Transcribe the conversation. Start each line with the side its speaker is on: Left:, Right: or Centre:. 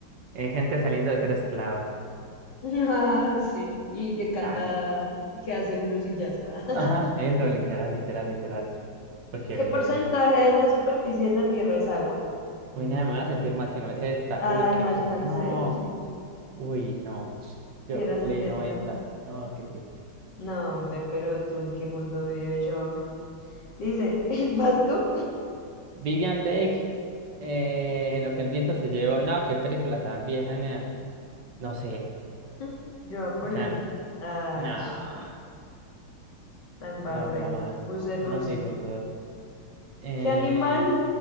Right: eh, gente saliendo de ser esclava.
Left: <laughs> Ah, sí. Y que canta,
Right: Dale.
Left: que hace blues y jazz. <laughs>
Right: Ajá, eso, literal, literal, literal. Porque,
Left: ¿Qué
Right: eh,
Left: porcentaje de la superficie de la Tierra es agua?
Right: uy, nada, me voy a sentir mal si no es esta.
Left: Ay,
Right: Uy, qué
Left: no alcancé,
Right: bueno. No.
Left: o sí,
Right: Uy, no. Yo
Left: si era setenta
Right: leí noventa No, qué triste.
Left: No, hombre, pero tú en qué mundo vives, yo, hombre? Dice, <laughs> ¿vas tú?
Right: Vivian Lake, eh, en lo que el viento se llevó. No, qué película tan vieja, nea. No sé.
Left: <laughs> Yo voy a poner,
Right: O sea,
Left: ay,
Right: no.
Left: sh- la embarré.
Right: No, todo mal.
Left: Puse Russell.
Right: No, sí, por dos. Eh,
Left: ¿Qué animal,